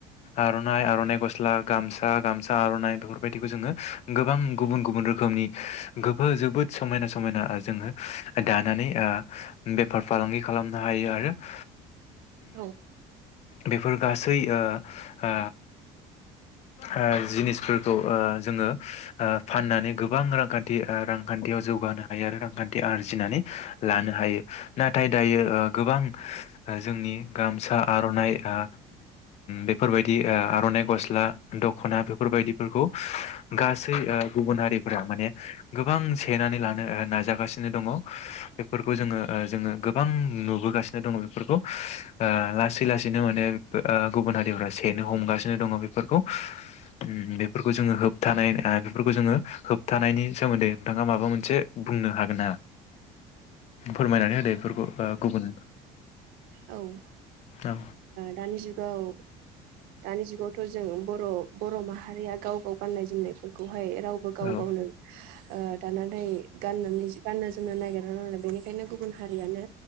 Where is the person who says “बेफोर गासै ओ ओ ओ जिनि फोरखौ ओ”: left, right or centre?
Left